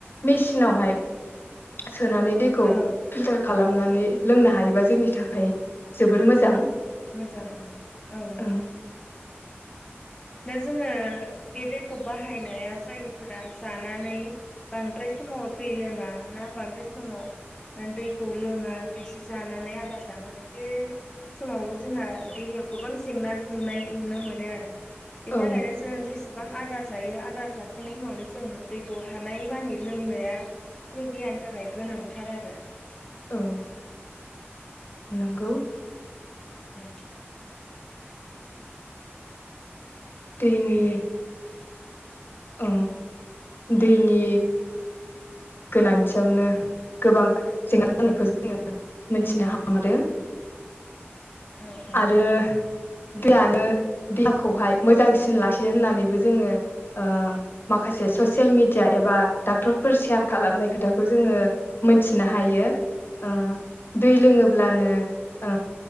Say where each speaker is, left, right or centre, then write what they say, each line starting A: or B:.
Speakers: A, on the left; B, on the left.
A: मेसिनावहाय सोनानै दैखौ
B: औ
A: फिल्टार खालामनानै लोंनो हायोबा जोंनि थाखाय जोबोर मोजां
B: मोजां औ औ नंगौ
A: ओं
B: दा जोङो बे दैखौ बाहायनाया जायफोरा जानानै बांद्राय समाव दै लोङा ना बांद्राय समाव दैखौ लोङा खायसे जानानै आदार जानानै बे समावबो जोंहा देहायाव गोबां जेंना नुनाय नुनो मोनो आरो बेनि
A: औ
B: थाखायनो जों जेसे बां आदार जायो आदार जाखांनायनि उनावनो जों दैखौ हानाय मानि लोंनाया जोंनि देहानि थाखाय गोनांथार आरो
A: औ नंगौ
B: औ
A: दैनि अ दैनि गोनांथियावनो गोबां जेंना जानायखौ जोङो मोनथिनो हादों
B: औ हायो
A: आरो दानो देहाखौहाय मोजांसिन लाखियो होननानैबो जोङो ओ माखासे ससियेल मिडिया एबा डाक्टरफोर सेयार खालामनायखौ खोथाखौ जोङो
B: औ
A: मोनथिनो हायो हायो ओ दै लोङोब्लानो ओ